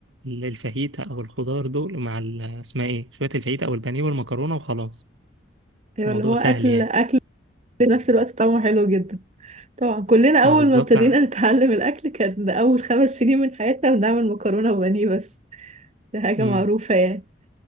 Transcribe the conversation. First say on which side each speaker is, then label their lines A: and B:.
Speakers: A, on the right; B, on the right.
A: ال- الفاهيتا او الخضار دول مع ال- اسمها ايه شويه الفاهيتا او البانيه والمكرونه وخلاص
B: ايوه
A: الموضوع
B: اللي هو
A: سهل
B: اكل
A: يعني
B: اكل في نفس الوقت طعمه حلو جدا طبعا كلنا
A: ما
B: أول
A: بالظبط
B: ما ابتدينا
A: ع-
B: <laughs> نتعلم الأكل كان أول خمس سنين من حياتنا بنعمل مكرونة وبانيه بس دي حاجة
A: مم.
B: معروفة يعني